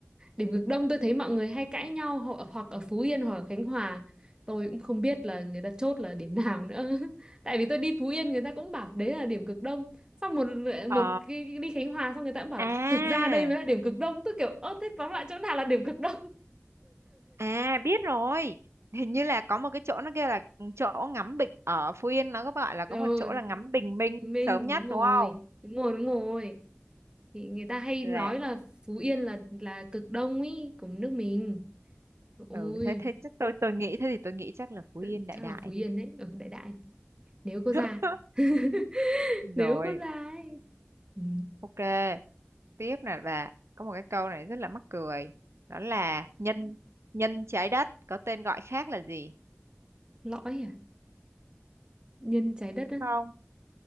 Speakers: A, on the right; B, on the right.
A: Điểm cực Đông tôi thấy mọi người hay cãi nhau ho- hoặc ở Phú Yên hoặc ở Khánh Hòa. Tôi cũng không biết là người ta chốt là điểm nào nữa. <laughs> Tại vì tôi đi Phú Yên người ta cũng bảo đấy là điểm cực Đông. Xong một
B: Ờ,
A: một cái, cái đi Khánh Hòa xong người ta cũng bảo
B: à,
A: là thực ra đây mới là điểm cực Đông. Tôi kiểu ơ thế tóm lại chỗ nào là điểm cực Đông? <laughs>
B: à biết rồi. Hình như là có một cái chỗ nó kêu là chỗ ngắm bình ở Phú Yên nó có gọi là có
A: Ừ,
B: một chỗ là ngắm bình minh
A: Minh
B: sớm nhất
A: đúng rồi.
B: đúng không?
A: Đúng rồi, đúng rồi. Thì người ta hay
B: Là
A: nói là Phú Yên là là cực Đông ý của nước mình. Ôi,
B: ừ thế thế chắc tôi tôi nghĩ thế thì tôi nghĩ chắc là Phú
A: tự-
B: Yên đại
A: chắc
B: đại
A: là Phú Yên
B: đi.
A: đấy. ở đại đại nếu có da
B: <laughs>
A: <laughs> nếu
B: Rồi,
A: có da ấy ừ.
B: ok. Tiếp nè bà, có một cái câu này rất là mắc cười. Đó là nhân nhân trái đất có tên gọi khác là gì?
A: lõi à nhân trái đất á
B: Không.